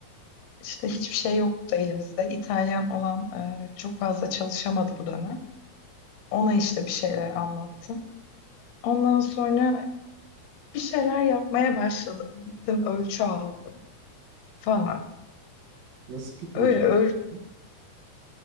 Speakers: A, on the left (about 90°); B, on the right (about 75°).
A: işte hiçbir şey yoktu elimizde. İtalyan olan e, çok fazla çalışamadı bu dönem. Ona işte bir şeyler anlattım. Ondan sonra bir şeyler yapmaya başladım. Gittim ölçü aldım falan.
B: Nasıl bir proje?
A: Öyle öl
B: Hı